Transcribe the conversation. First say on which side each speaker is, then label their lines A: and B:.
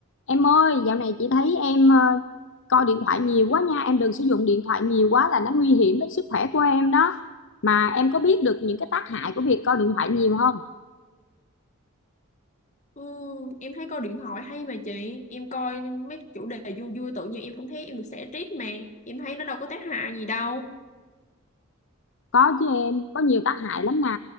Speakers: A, on the left; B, on the left.
A: Em ơi, dạo này chị thấy em ờ, coi điện thoại nhiều quá nha, em đừng sử dụng điện thoại nhiều quá là nó nguy hiểm đến sức khỏe của em đó. Mà em có biết được những cái tác hại của việc coi điện thoại nhiều không?
B: Ừ, em thấy coi điện thoại hay mà chị Em coi mấy chủ đề vui vui tự nhiên em cũng thấy em được xả stress mà Em thấy nó đâu có tác hại gì đâu
A: Có chứ em, có nhiều tác hại lắm nè.